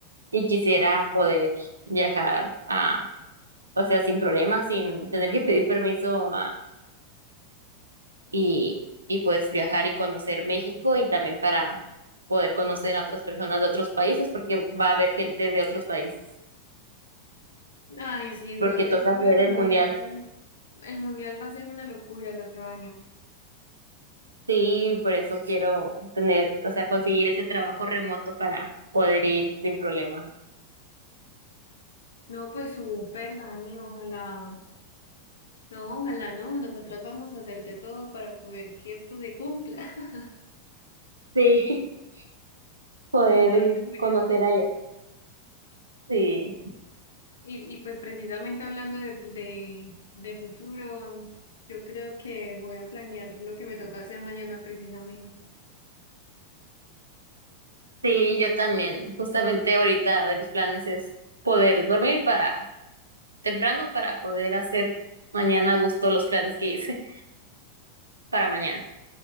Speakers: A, on the right; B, on the left.
A: y quisiera poder viajar a, o sea, sin problemas, sin tener que pedir permiso y, y pues viajar y conocer México y también para poder conocer a otras personas de otros países porque va a haber gente de otros países
B: Ay, sí, eso,
A: porque
B: eso
A: toca hacer
B: lo del
A: el
B: mundial.
A: mundial.
B: El mundial va a ser una locura el otro año.
A: Sí, por eso quiero tener, o sea, conseguir ese trabajo remoto para poder ir sin problema.
B: No, pues súper, Dani, ojalá. No, ojalá no. Nosotras vamos a hacerte todo para poder que esto se cumpla <laughs>
A: Sí, <laughs> poder
B: con toda
A: ir conocer
B: la ¿no?
A: allá. Sí,
B: Y, y pues precisamente hablando de, de, de futuro, yo creo que voy a planear lo que me toca hacer mañana precisamente.
A: sí, yo también. Justamente ahorita de mis planes es poder dormir para temprano para poder hacer mañana a gusto los planes que hice para mañana.